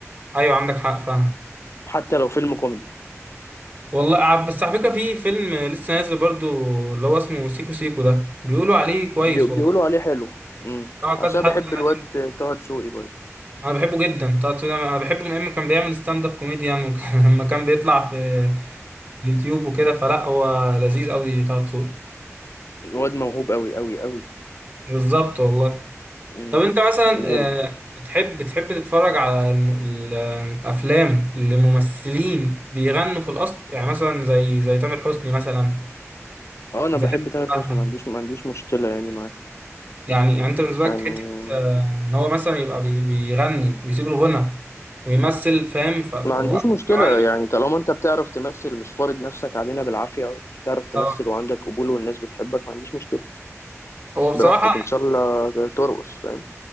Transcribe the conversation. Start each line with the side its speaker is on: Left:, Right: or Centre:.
Right: ايوه عندك حق فاهمك
Left: حتى لو فيلم كوميدي
Right: والله ع- بس على فكره في فيلم لسه نازل برضو اللي هو اسمه سيكو سيكو ده بيقولوا عليه كويس
Left: بي...
Right: والله
Left: بيقولوا عليه حلو امم
Right: اه كذا
Left: عشان
Right: حد
Left: بحب
Right: <laughs>
Left: الواد طه دسوقي برضه
Right: انا بحبه جدا طه دسوقي ده انا بحبه من ايام ما كان بيعمل ستاند اب كوميدي يعني وكان- <laughs> لما كان بيطلع في اليوتيوب وكده فلا هو لذيذ قوي طه دسوقي
Left: واد موهوب قوي قوي قوي
Right: بالظبط والله
Left: امم
Right: طب انت مثلا
Left: جامد
Right: آه، بتحب بتحب تتفرج على الم- الافلام اللي ممثلين بيغنوا في الاصل يعني مثلا زي زي تامر حسني مثلا
Left: اه انا
Right: زي
Left: بحب تامر
Right: أحمد
Left: حسني
Right: فهمي
Left: ما عنديش ما عنديش مشكله يعني معاه
Right: يعني يعني انت بالنسبه
Left: يعني
Right: لك حته آه، ان هو مثلا يبقى بي- بيغني ويسيب الغنى ويمثل فاهم ف... ف...
Left: ما عنديش مشكله
Right: كمان
Left: يعني طالما انت بتعرف تمثل مش فارض نفسك علينا بالعافيه بتعرف تمثل
Right: اه
Left: وعندك قبول والناس بتحبك ما عنديش مشكله
Right: هو بصراحه
Left: براحتك ان شاء الله ترقص فاهم